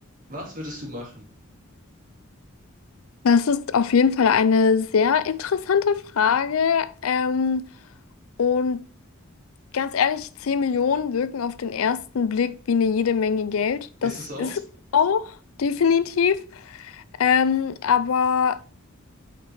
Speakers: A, on the right; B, on the left.
A: Was würdest du machen?
B: Das ist auf jeden Fall eine sehr interessante Frage. Ähm, und ganz ehrlich, 10 Millionen wirken auf den ersten Blick wie eine jede Menge Geld. Das
A: Ist es auch?
B: ist es auch definitiv. Ähm, aber